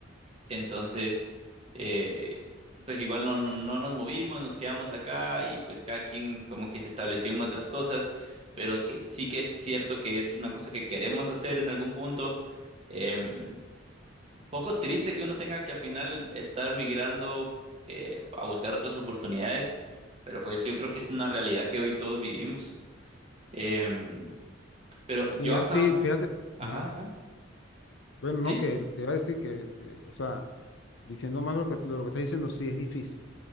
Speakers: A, on the right (about 30°); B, on the left (about 65°).
A: entonces, eh, pues igual no, no, no nos movimos, nos quedamos acá y pues cada quien como que se estableció en otras cosas, pero que sí que es cierto que es una cosa que queremos hacer en algún punto. em, poco triste que uno tenga que al final estar migrando eh, a buscar otras oportunidades, pero pues yo creo que es una realidad que hoy todos vivimos. Em, pero yo
B: Y así,
A: hasta un...
B: fíjate,
A: Ajá,
B: ajá.
A: ajá,
B: Bueno,
A: sí,
B: no, que te iba a decir que, eh, o sea, Diciendo más lo que, lo que estás diciendo, sí es difícil.